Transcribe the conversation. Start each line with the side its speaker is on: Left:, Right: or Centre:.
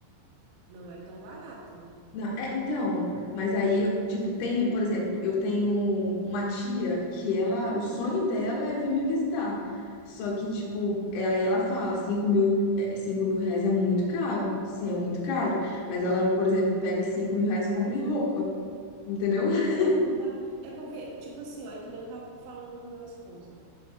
Right: não é tão barato, né?
Left: Não, é, então, mas aí, tipo, tem, por exemplo, eu tenho uma tia que ela, o sonho dela é vir me visitar. Só que, tipo, é, aí ela fala, cinco mil, é, cinco mil reais é muito caro. Sim, é muito caro. Mas ela, por exemplo, pega cinco mil reais e compra em roupa, entendeu?
Right: Não,
Left: <laughs>
Right: né? Não dá. É porque, tipo assim, ó, é que nem eu tava falando com meu esposo.